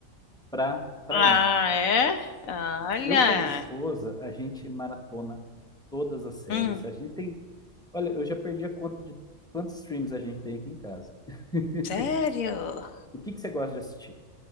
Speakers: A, in the centre; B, on the left.
A: para para
B: Ah,
A: isso.
B: é? Olha.
A: Eu com a minha esposa, a gente maratona todas as séries.
B: Hum,
A: A gente tem. Olha, eu já perdi a conta de quantos streams a gente tem aqui em casa. <laughs>
B: sério?
A: O que que você gosta de assistir?